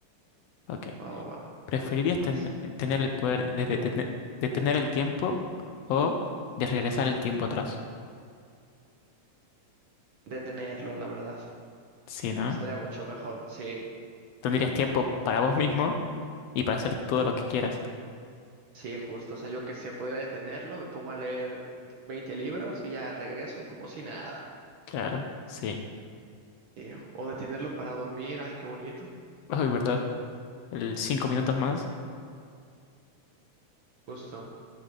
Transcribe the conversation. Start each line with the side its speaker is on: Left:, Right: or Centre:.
Left: Ok.
Right: Va, va, va.
Left: ¿Preferirías ten-
Right: Más
Left: tener el poder de, de- de- de detener el tiempo o de regresar el tiempo atrás?
Right: detenerlo, la verdad.
Left: Sí, ¿no?
Right: Estaría mucho mejor. Sí,
Left: Tendrías tiempo para vos mismo y para hacer todo lo que quieras.
Right: sí, justo. O sea, yo que sé, podría detenerlo, me pongo a leer 20 libros y ya regreso y como si nada.
Left: Claro, sí.
Right: Sí, O detenerlo para dormir. Ay, qué bonito.
Left: Ay, verdad. El cinco minutos más.
Right: Justo.